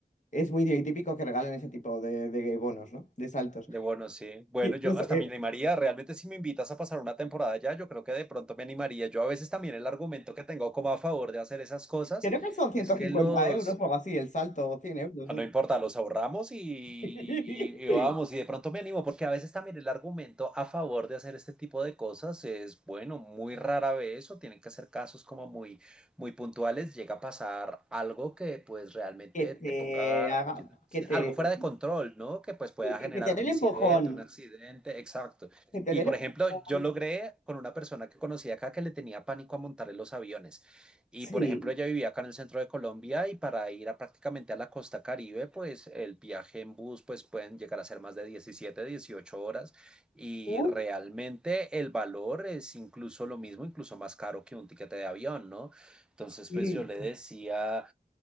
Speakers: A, on the left (about 45°); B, in the centre.
A: Es muy típico que regalen ese tipo de, de bonos, ¿no? De saltos.
B: De bueno, sí. Bueno,
A: Y entonces,
B: yo hasta
A: eh,
B: me animaría, realmente si me invitas a pasar una temporada allá, yo creo que de pronto me animaría. Yo a veces también el argumento que tengo como a favor de hacer esas cosas
A: creo que son ciento
B: es que
A: cincuenta
B: los,
A: euros o algo así, el salto, o 100 euros,
B: Ah,
A: no
B: No
A: sé.
B: importa, los ahorramos y, y-
A: <laughs>
B: y vamos, y de pronto me animo, porque a veces también el argumento a favor de hacer este tipo de cosas es, bueno, muy rara vez o tienen que ser casos como muy, muy puntuales, llega a pasar algo que pues realmente
A: Que te
B: te ponga
A: haga,
B: sí,
A: que te,
B: algo fuera de control, ¿no? Que pues pueda
A: sí, que,
B: generar
A: que te
B: un
A: dé el
B: incidente,
A: empujón,
B: un accidente, exacto.
A: que te
B: Y
A: dé el
B: por
A: empujón.
B: ejemplo, yo logré con una persona que conocí acá que le tenía pánico a montar en los aviones. Y
A: Sí,
B: por ejemplo, ella vivía acá en el centro de Colombia y para ir a prácticamente a la costa Caribe, pues el viaje en bus pues pueden llegar a ser más de 17 18 horas y
A: Uh,
B: realmente el valor es incluso lo mismo, incluso más caro que un tiquete de avión, ¿no? Entonces,
A: sí.
B: pues yo le decía